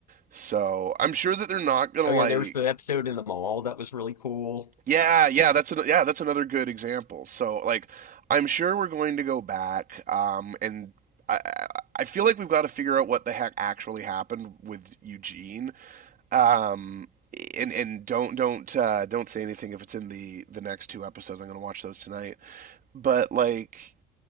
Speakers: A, on the right; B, on the left.
A: So I'm sure that they're not gonna
B: Oh
A: like
B: yeah, there was the episode in the mall that was really cool.
A: yeah yeah that's an, yeah that's another good example. So like I'm sure we're going to go back um, and I I- I feel like we've got to figure out what the heck actually happened with Eugene Um, and and don't don't uh, don't say anything if it's in the the next two episodes. I'm gonna watch those tonight. But like